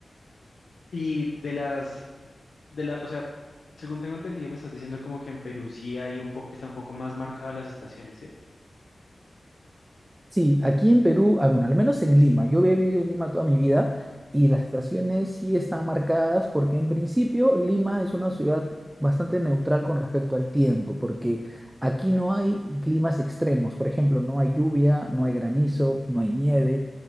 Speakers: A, on the left; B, on the right.
A: Y de las, de la, o sea, según tengo entendido, me estás diciendo como que en Perú sí hay un poco, está un poco más marcadas las estaciones, ¿eh?
B: Sí, aquí en Perú, ah, bueno, al menos en Lima, yo he vivido en Lima toda mi vida y las estaciones sí están marcadas porque en principio Lima es una ciudad bastante neutral con respecto al tiempo, porque aquí no hay climas extremos, por ejemplo, no hay lluvia, no hay granizo, no hay nieve